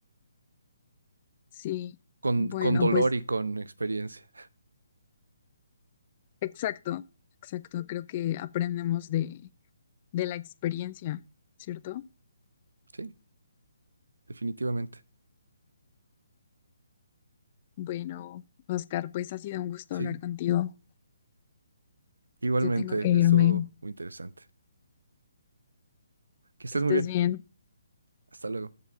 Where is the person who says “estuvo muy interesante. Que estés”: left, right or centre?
Right